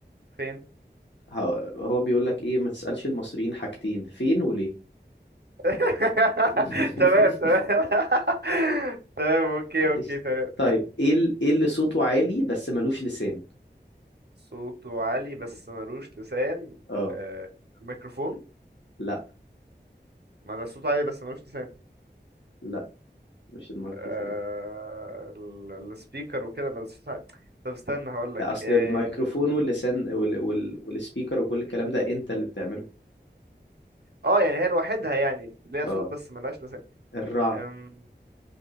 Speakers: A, on the right (about 65°); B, on the left (about 80°).
A: فين
B: هو, هو بيقول لك ايه ما تسألش المصريين حاجتين فين وليه
A: <laughs>
B: <laughs>
A: تمام تمام <laughs> تمام اوكي اوكي
B: قشطة.
A: تمام
B: طيب ايه ال... ايه اللي صوته عالي بس ملوش لسان
A: صوته عالي بس ملوش لسان
B: اه
A: آه، ميكروفون
B: لا
A: ما ده صوته عالي بس ملوش لسان
B: لا مش الميكروفون
A: آه، ال- السبيكر وكده بس طب استنى هقول لك
B: لا اصل
A: اه
B: الميكروفون واللسان وال... وال... والسبيكر وكل الكلام ده انت اللي بتعمله
A: آه، يعني هي لوحدها يعني ليها
B: اه
A: صوت بس ملهاش لسان
B: الرعد
A: أم،